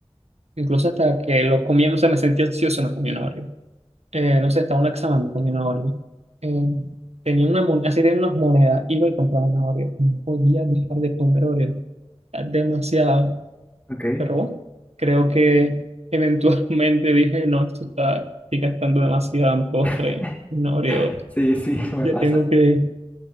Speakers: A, on the right; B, on the left.
A: Incluso hasta que los comía, o sea, me sentía ansioso, me comía una Oreo. Eh, no sé, estaba en un examen, me comía una Oreo. Eh, tenía una moneda, así tenía unas monedas, iba y compraba una Oreo. No podía dejar de comer Oreo. Era Demasiado.
B: Ok.
A: Pero bueno, creo que eventualmente <laughs> dije, no, esto está estoy gastando demasiado en postre,
B: <laughs>
A: no abrí otro.
B: Sí, sí, <laughs> me
A: Ya
B: pasa.
A: tengo que